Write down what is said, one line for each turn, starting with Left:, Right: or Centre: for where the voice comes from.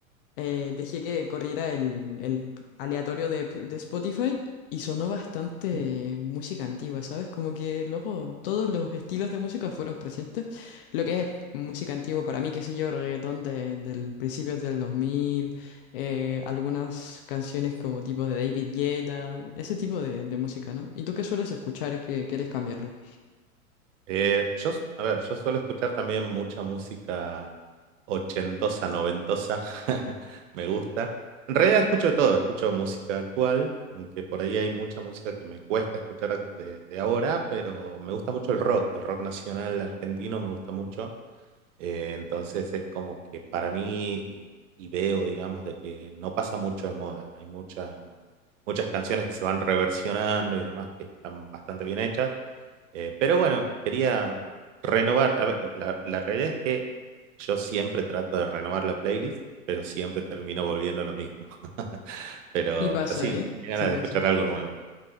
Left: eh, dejé que corriera el, el aleatorio de, de Spotify y sonó bastante
Right: Ujú.
Left: música antigua, ¿sabes? Como que luego todos los estilos de música fueron presentes. Lo que es música antigua para mí, qué sé yo, reggaetón de, del principio del 2000, eh, algunas canciones como tipo de David Guetta, ese tipo de, de música, ¿no? ¿Y tú qué sueles escuchar que quieres cambiarlo?
Right: Eh, yo, a ver, yo suelo escuchar también mucha música ochentosa, noventosa. <laughs> Me gusta. En realidad escucho de todo, escucho música actual, aunque por ahí hay mucha música que me cuesta escuchar ac- de, de ahora, pero me gusta mucho el rock, el rock nacional argentino me gusta mucho. Eh, entonces es como que para mí, y, y veo, digamos, de que no pasa mucho de moda. Hay mucha, muchas canciones que se van reversionando y demás que están bastante bien hechas. Eh, pero bueno, quería renovar. A ver, la, la realidad es que yo siempre trato de renovar la playlist, pero siempre termino volviendo a lo mismo. <laughs> Pero,
Left: Sí pasa,
Right: pero sí,
Left: ¿eh?
Right: tenía ganas
Left: Sí pasa.
Right: de escuchar algo nuevo.